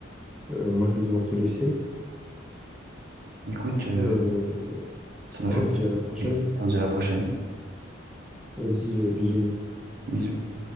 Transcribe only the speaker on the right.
Écoute, euh,
ça m'a
fait plaisir.
On se dit à la prochaine.
Bisous.